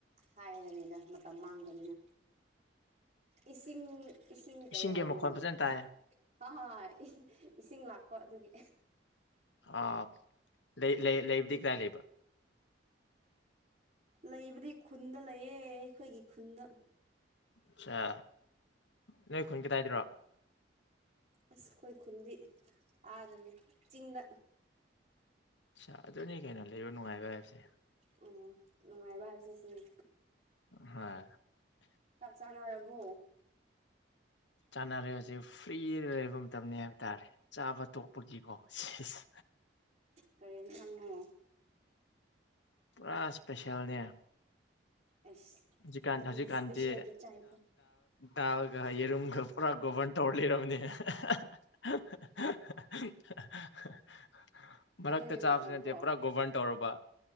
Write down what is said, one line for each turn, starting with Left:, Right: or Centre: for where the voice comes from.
Right: ꯍꯥꯏꯔꯅꯤꯅ ꯃꯇꯝ ꯃꯥꯡꯕꯅꯤꯅ ꯏꯁꯤꯡ ꯏꯁꯤꯡ ꯀꯩ
Left: ꯏꯁꯤꯡꯒꯤ
Right: ꯍꯥꯏꯗꯣꯏꯅꯣ
Left: ꯃꯈꯣꯟ ꯐꯖꯅ ꯇꯥꯏ
Right: ꯍꯣꯏ ꯍꯣꯏ ꯏꯁꯤꯡ ꯂꯥꯛꯄ ꯑꯗꯨꯒꯤ
Left: ꯑ ꯂꯩ ꯂꯩ ꯂꯩꯕꯗꯤ ꯀꯗꯥꯥꯏ ꯂꯩꯕ
Right: ꯂꯩꯕꯨꯗꯤ ꯈꯨꯟꯗ ꯂꯩꯌꯦ ꯑꯩꯈꯣꯏꯒꯤ ꯈꯨꯟꯗ
Left: ꯑꯆꯥ ꯅꯣꯏ ꯈꯨꯟ ꯀꯗꯥꯥꯏꯗꯔꯣ
Right: ꯑꯁ ꯑꯩꯈꯣꯏ ꯈꯨꯟꯗꯤ ꯑꯥꯗꯅꯦ ꯆꯤꯡꯗ
Left: ꯁꯥ ꯑꯗꯨꯅꯤ ꯀꯩꯅꯣ ꯂꯩꯔꯣ ꯅꯨꯡꯉꯥꯏꯕ ꯍꯥꯏꯕꯁꯦ
Right: ꯑꯣ ꯅꯨꯡꯉꯥꯏꯕ ꯍꯥꯏꯕꯁꯦ ꯁꯤꯅꯦ
Left: ꯍꯥꯏ
Right: ꯆꯥꯛ ꯆꯥꯅꯔꯕꯣ
Left: ꯆꯥꯅꯔꯦ ꯍꯧꯖꯤꯛ ꯐ꯭ꯔꯤ ꯂꯩꯕ ꯃꯇꯝꯅꯤ ꯍꯥꯏꯕ ꯇꯥꯔꯦ ꯆꯥꯕ ꯇꯣꯛꯄꯒꯤꯀꯣ ꯁꯤꯁ
Right: ꯀꯔꯤ ꯑꯦꯟꯁꯥꯡꯅꯣ
Left: ꯄꯨꯔꯥ ꯏꯁꯄꯦꯁꯦꯜꯅꯦ
Right: ꯑꯩꯁ
Left: ꯍꯧꯖꯤꯀꯥꯟ
Right: ꯃꯤꯗꯤ
Left: ꯍꯧꯖꯤꯛ ꯀꯥꯟꯇꯤ
Right: ꯏꯁꯄꯦꯁꯦꯜꯒ ꯆꯥꯏꯀꯣ
Left: ꯗꯥꯜꯒ ꯌꯦꯔꯨꯝꯒ ꯄꯨꯔꯥ ꯒꯣꯕꯟ ꯇꯧ ꯂꯩꯔꯝꯅꯦ <unintelligible> ꯃꯔꯛꯇ
Right: ꯑꯗꯨꯒꯤ
Left: ꯆꯥꯁꯨ
Right: ꯃꯇꯝꯔꯣ
Left: ꯅꯠꯇꯦ ꯄꯨꯔꯥ ꯒꯣꯕꯔꯟ ꯇꯧꯔꯕ